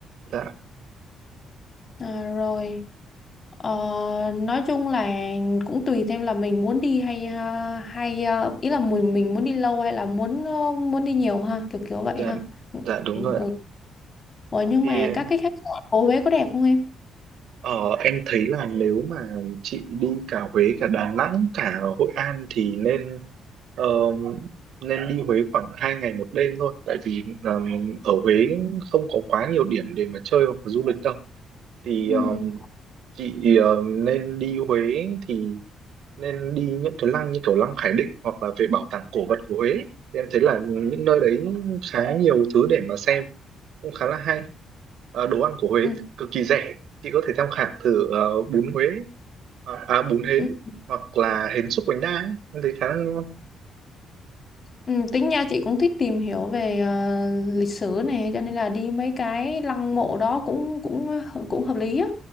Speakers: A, on the right (about 70°); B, on the left (about 35°).
A: dạ
B: À, rồi. Ờ, nói chung là cũng tùy thêm là mình muốn đi hay ờ, hay ờ, ý là mình mình muốn đi lâu hay là muốn ờ, muốn đi nhiều ha, kiểu kiểu vậy
A: dạ
B: ha.
A: dạ đúng
B: Ừ.
A: rồi
B: ừ.
A: ạ
B: Ủa nhưng
A: thì
B: mà các cái khách sạn của Huế có đẹp không em?
A: ờ, em thấy là nếu mà chị đi cả Huế cả Đà Nẵng cả Hội An thì nên ờ, nên đi Huế khoảng hai ngày một đêm thôi tại vì ờ, ở Huế không có quá nhiều điểm để mà chơi hoặc là du lịch đâu thì
B: Ừ.
A: ờ, chị ờ, nên đi Huế thì nên đi những cái lăng như kiểu lăng Khải Định hoặc là về bảo tàng cổ vật của Huế Thì em thấy là những nơi đấy khá nhiều thứ để mà xem cũng khá là hay Ờ, đồ ăn của Huế
B: Ừ.
A: cực kỳ rẻ chị có thể tham khảo thử ờ, bún Huế à, à, bún hến
B: ừ. ừ.
A: hoặc là hến xúc bánh đa ấy. em thấy khá là ngon
B: Ừ, tính nha chị cũng thích tìm hiểu về ờ, lịch sử này cho nên là đi mấy cái lăng mộ đó cũng cũng ờ, cũng hợp lý á.